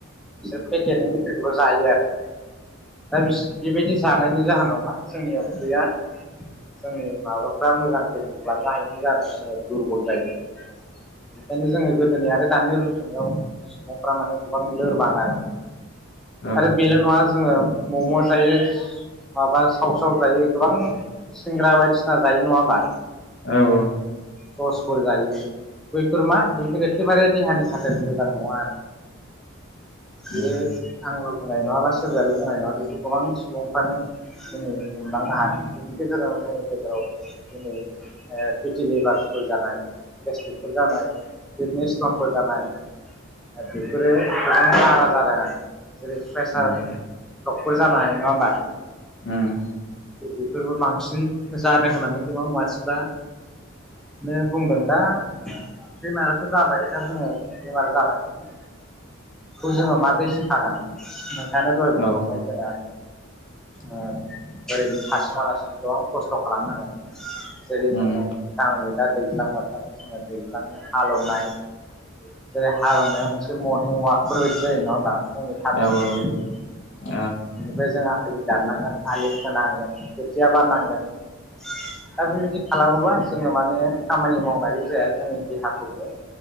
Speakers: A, in the centre; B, on the left.
A: बिसोर पेकेटनि मेथायखौल जायो आरो दा बिस बेबायदि जानायनि जाहोनावबा जोंनियाव उदैया जोंनि माबाफ्रा मोजां दोगोन खालामनो हायिनि जाहोनाव जोङो दुरबल जायो। बेनिखायनो जोङो गोदोनि आरो दानि रुजुनायाव सुबुंफ्रा माने गोबां लोरबां आरो
B: औ
A: आरो बेल' नङा जोङो मम' जायो माबा सावस्राव जायो गोबां सिंग्रा बायदिसिना जायो नङा होमबा?
B: औ औ
A: सर्सफोर जायो बैफोर मा बैफोर एखेबारे देहानि थाखाय मोजां नङा आरो बेयो
B: उम
A: आंल' बुंनाय नङा बा सोरबायाल' बुंनाय नङा बे गोबां सुबुंफ्रानो दिनै हमदांनो हादों बेनि गेजेराव जोंनि गेजेराव दिनै ओ फिथिलिबारस फोर जानाय गेसट्रिकफोर जानाय किदनि स्टनफोर जानाय बेफोरो गोबां बारा जादों आरो जेरै प्रेसार
B: उम
A: ब्लकफोर जानाय नङा होमबा
B: उम
A: बेफोरबो बांसिन जादों होननानै गोबां मानसिफ्रा नो बुंदों दा बेमाराथ' जाबाय दा जोङो बेमार जानायनि खौ जोङो माबोरै सोखागोन नोंथाङानो दहाय बुंखांबाय
B: औ
A: जोंहा
B: <inaudible>
A: ओ ओरैनो थासोमालासिनो गोबां खस्थ' खालामनांगोन। जेरै
B: उम
A: जोङो गामिनि दा दैजलां बोथोरनि जोङो दैजलांनि हालौवनाय। जेरै हालेवनाया मोनसे मरनिं अवाकफोर बायदि जायो नङा होनबा? फुंनि थाबायनायफोरबायदि।
B: औ ओ उम
A: ओमफ्राय जों आलि दाननांगोन आलि खोनांगोन खोथिया बाननांगोन।
B: <inaudible>
A: दा बेबायदि खालामोबा जोङो माने खामानि मावनायल' जाया जोंनि देहाखौबो